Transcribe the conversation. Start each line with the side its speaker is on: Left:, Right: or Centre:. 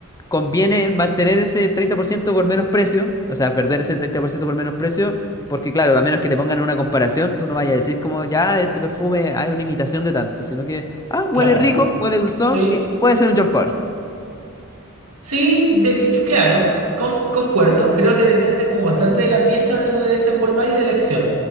Left: conviene mantener ese treinta por ciento por menos precio, o sea, perder ese 30% por ciento por menos precio, porque claro, a menos que te pongan en una comparación, tú no vayas a decir como, ya, este perfume hay una imitación de tanto, sino que, ah, huele
Right: Claro,
Left: rico, huele dulzón,
Right: sí.
Left: que puede ser un Jean Paul.
Right: Sí, de- claro, con- concuerdo. Creo que depende como bastante del ambiente donde tú te desenvolvas y la elección.